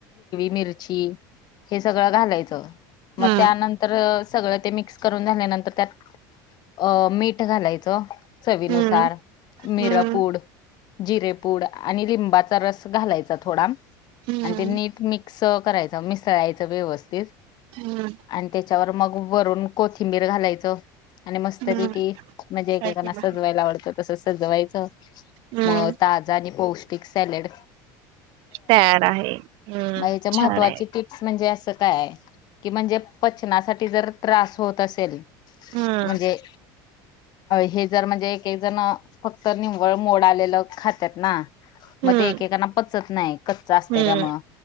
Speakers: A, on the left; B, on the right.
A: मिरची हे सगळं घालायच. म
B: हम्म
A: त्यानंतर सगळं ते मिक्स करून झाल्यानंतर, त्यात अ मीठ घालायचं चवीनुसार.
B: हम्म
A: मिरपूड
B: हम्म हम्म
A: जिरेपूड. आणि लिंबाचा घालायचा थोडा.
B: हम्म
A: आणि ते नीट
B: हम्म
A: मिक्स करायचं. मिसळायचं व्यवस्थित.
B: हम्म.
A: आणि त्याच्यावर मग वरून कोथिंबीर घालायचं. आणि मस्तपैकी
B: हम्म
A: म्हणजे एकेकांना
B: काय केलं
A: सजवायला आवडतं तस सजवायचं.
B: हम्म
A: मग ताजा आणि पौष्टिक सॅलेड
B: तयार आहे. हम्म
A: म याच्या महत्त्वाची
B: छान आहे
A: टिप्स म्हणजे असं काय? की म्हणजे पचनासाठी जर त्रास होत असेल.
B: हम्म
A: म्हणजे हे जर म्हणजे एक एक जण फक्त निव्वळ मोड आलेल खातात ना. मग
B: हम्म
A: ते एक एकांना पचत नाय. कच्च अ त्याच्यामुळ.
B: हम्म